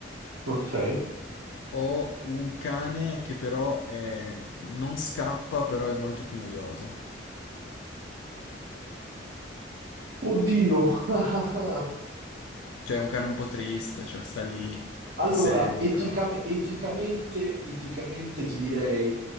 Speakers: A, on the right; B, on the left.
A: ok.
B: Ho un cane che però è- non scappa, però è molto più noioso.
A: Oddio. <laughs>
B: Cioè, è un cane un po' triste, cioè sta lì,
A: Allora,
B: ti segue,
A: eticame-
B: però
A: eticamente, eticamente ti direi